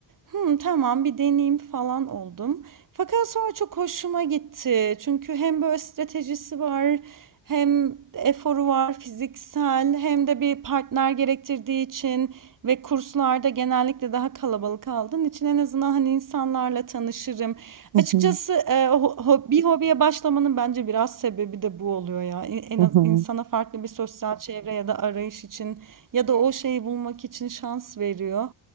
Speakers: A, on the right; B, on the right.
A: Hı, tamam bir deneyim falan oldum. Fakat sonra çok hoşuma gitti. Çünkü hem böyle stratejisi var, hem eforu var fiziksel, hem de bir partner gerektirdiği için ve kurslarda genellikle daha kalabalık aldığın için en azından hani insanlarla tanışırım.
B: hı
A: Açıkçası
B: hı,
A: e, bir hobiye başlamanın bence biraz sebebi de bu oluyor ya. En,
B: hı
A: en az
B: hı.
A: insana farklı bir sosyal çevre ya da arayış için ya da o şeyi bulmak için şans veriyor.